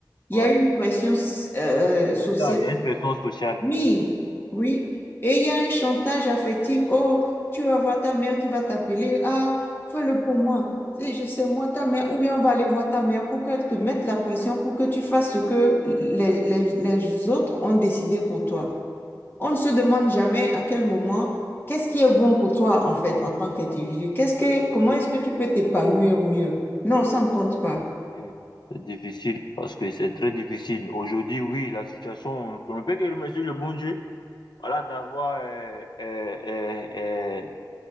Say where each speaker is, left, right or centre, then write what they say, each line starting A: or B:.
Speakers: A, on the left (about 30°); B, on the left (about 70°).
A: Il
B: ouais,
A: y a une pression euh, euh, sociale
B: ça, il y a une pression sociale.
A: Oui, oui. Et il y a un chantage affectif. Oh, tu vas voir ta mère qui va t'appeler. Ah, fais-le pour moi. Et je sais, moi, ta mère, ou bien on va aller voir ta mère pour qu'elle te mette la pression, pour que tu fasses ce que les, les, les autres ont décidé pour toi. On ne se demande jamais à quel moment, qu'est-ce qui est bon pour toi,
B: Mais
A: en
B: c'est
A: fait,
B: dur,
A: en tant qu'individu. Qu'est-ce que,
B: compliqué.
A: comment est-ce que tu peux t'épanouir mieux? Non, ça ne compte pas.
B: Et c'est difficile parce que c'est très difficile. Aujourd'hui, oui, la situation, on ne peut que remercier le bon Dieu. voilà, d'avoir, euh, euh, euh, euh,